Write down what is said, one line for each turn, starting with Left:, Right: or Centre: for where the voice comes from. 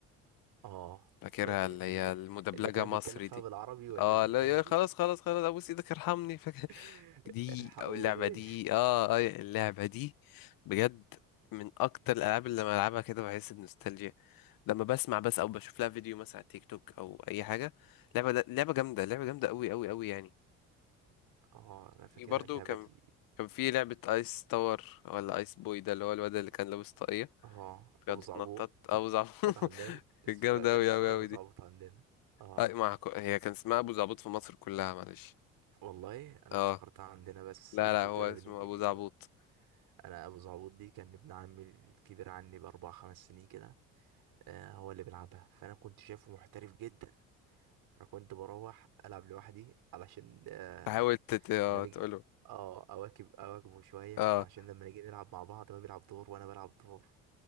Right: اه
Left: فاكرها
Right: اللي
Left: اللي هي المدبلجة
Right: اللي كان
Left: مصري
Right: بيتكلم فيها
Left: دي
Right: بالعربي ولا
Left: اه
Right: اللي
Left: لا
Right: كان
Left: يا
Right: بي
Left: خلاص خلاص خلاص ابوس ايدك ارحمني فاكر
Right: <laughs>
Left: دي
Right: الحقوني
Left: او اللعبه دي اه آه، اللعبه دي بجد من اكتر الالعاب اللي لما العبها كده بحس بنوستالجيا لما بسمع بس او بشوف لها فيديو مثلا على تيك توك او اي حاجه لعبه لعبه جامده لعبه جامده قوي قوي قوي يعني
Right: اه انا فاكرها
Left: في برضو
Right: اللعبه
Left: كان
Right: دي
Left: كان في لعبه ايس تاور ولا ايس بوي ده اللي هو الواد اللي كان لابس طاقيه
Right: اه
Left: بيقعد
Right: ابو زعبوط
Left: يتنطط ابو زعبوط <laughs>
Right: كانت عندنا اسمها
Left: كانت جامده
Right: كان
Left: قوي
Right: اسمها
Left: قوي
Right: ابو
Left: قوي
Right: زعبوط
Left: دي
Right: عندنا اه
Left: اي مع هي كان اسمها ابو زعبوط في مصر كلها معلش
Right: والله انا
Left: اه
Right: افتكرتها عندنا بس
Left: لا
Right: لقيتك
Left: لا
Right: بتقولها
Left: هو اسمه
Right: بالانجليزي
Left: ابو زعبوط
Right: قلت انا ابو زعبوط دي كان ابن عمي الكبير عني باربع خمس سنين كده آه، هو اللي بيلعبها فانا كنت شايفه محترف جدا فكنت بروح العب لوحدي علشان آه
Left: تحاول تت... آه،
Right: ما نيجي
Left: تقوله
Right: اه اواكب اواكبه شويه
Left: اه
Right: عشان لما نيجي نلعب مع بعض هو بيلعب دور وانا بلعب دور